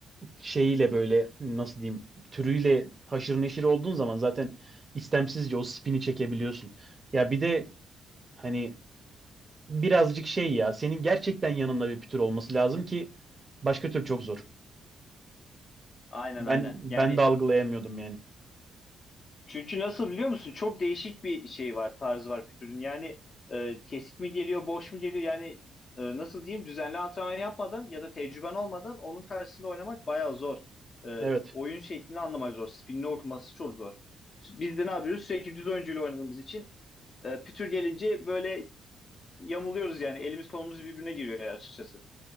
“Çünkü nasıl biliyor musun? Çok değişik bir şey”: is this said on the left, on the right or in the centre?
Left